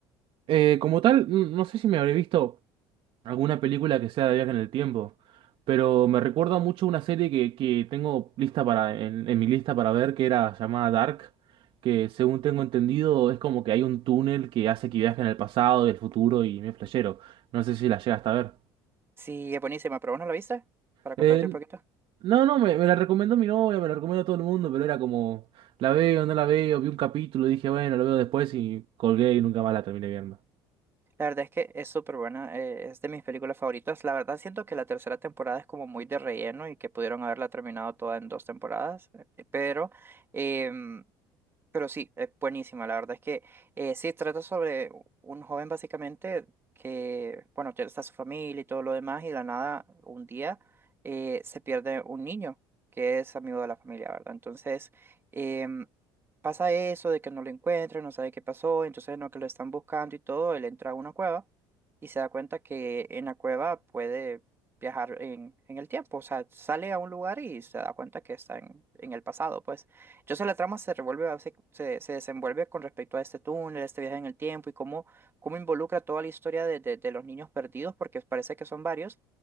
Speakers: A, on the right; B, on the right.
A: Eh, como tal, n- no sé si me habré visto. alguna película que sea de viaje en el tiempo. Pero me recuerda mucho una serie que, que tengo lista para, en, en mi lista para ver, que era llamada Dark, que según tengo entendido es como que hay un túnel que hace que viaje en el pasado y el futuro y me flashero. No sé si la llegaste a ver.
B: Sí, es buenísima, pero ¿vos no la viste? Para
A: Eh,
B: contarte un poquito.
A: no, no, me, me la recomendó mi novia, me la recomendó todo el mundo, pero era como, la veo, no la veo, vi un capítulo, dije, bueno, lo veo después y colgué y nunca más la terminé viendo.
B: La verdad es que es súper buena, eh, es de mis películas favoritas. La verdad siento que la tercera temporada es como muy de relleno y que pudieron haberla terminado toda en dos temporadas, eh, pero em, pero sí, es buenísima. La verdad es que eh, sí, trata sobre un joven básicamente que, bueno, tiene- está su familia y todo lo demás, y de la nada, un día eh, se pierde un niño que es amigo de la familia, ¿verdad? Entonces, em, pasa eso de que no lo encuentran, no sabe qué pasó, entonces no que lo están buscando y todo, él entra a una cueva y se da cuenta que en la cueva puede viajar en, en el tiempo, o sea, sale a un lugar y se da cuenta que está en, en el pasado, pues. Entonces la trama se revuelve, a- se, se- se desenvuelve con respecto a este túnel, este viaje en el tiempo y cómo, cómo involucra toda la historia de, de- de los niños perdidos, porque parece que son varios.